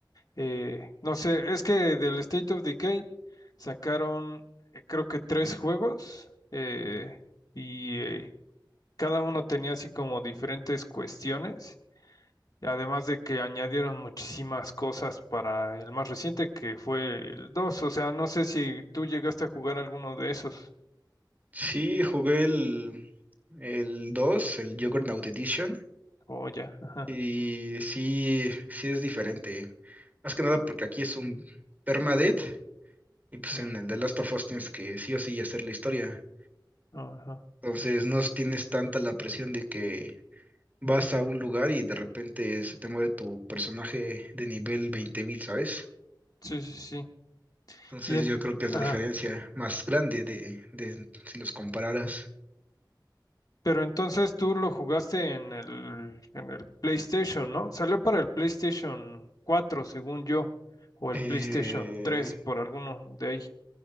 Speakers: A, on the left (about 55°); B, on the right (about 20°).
A: eh, no sé, es que del State of Decay sacaron, eh, creo que tres juegos, eh, y eh, cada uno tenía así como diferentes cuestiones, y además de que añadieron muchísimas cosas para el más reciente que fue el dos o sea, no sé si tú llegaste a jugar alguno de esos,
B: Sí, jugué el, el dos el Juggernaut Edition,
A: o ya, ajá,
B: y sí, sí es diferente. Más que nada porque aquí es un permadeath, y pues
A: ujú,
B: en el The Last of Us tienes que sí o sí hacer la historia.
A: ajá,
B: Entonces no tienes tanta la presión de que vas a un lugar y de repente se te muere tu personaje de nivel veinte mil ¿sabes?
A: sí, sí, sí,
B: Entonces
A: y en-
B: yo creo que es
A: ajá,
B: la diferencia más grande de, de si los compararas.
A: pero entonces tú lo jugaste en el, en el PlayStation, ¿no? Salió para el PlayStation cuatro según yo, o el
B: Eh,
A: PlayStation tres por alguno de ahí,